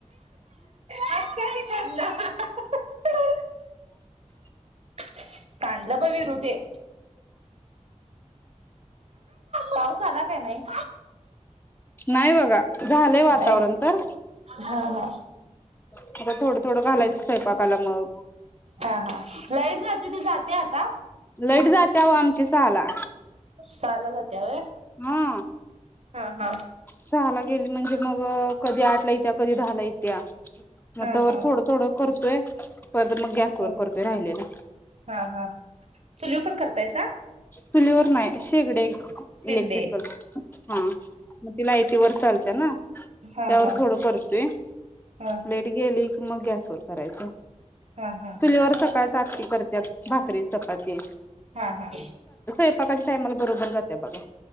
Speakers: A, on the right; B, on the left.
A: हसतिया कि पुढनं त्यांना सांडलं ब वीरु ते. पाऊस आला का नाही
B: नाही बघा झालंय वातावरण
A: नाही
B: तर
A: हा हा.
B: आता थोडं थोडं घालायचं स्वयंपाकाला मग
A: हा हा लाईट जाते ती जाते आता
B: लाईट जातीया ओ आमची सहाला
A: सहाला जात तिया व्हय
B: हा
A: हा हा
B: सहाला गेली म्हणजे मग कधी आठला येत्या कधी दहा ला येत्या. मग
A: हा
B: तवर
A: हा
B: थोडं थोडं करतोय परत मग गॅसवर
A: ह
B: करतोय राहिलेलं
A: हा हा चुलीवर पण करतायसा?
B: चुलीवर नाही शेगडीयं
A: शिगडे
B: इलेक्ट्रिकल हा म ती लाईट ती वर चालतिया ना.
A: हा
B: त्यावर
A: हा
B: थोडं करतोय
A: ह
B: लाईट गेली मग गॅसवर करायचं.
A: हा हा
B: चुलीवर सकाळ काकी करत्यात भाकरी, चपाती
A: हा हा
B: सकाळच्या टायमाला बरोबर जातिया बघा.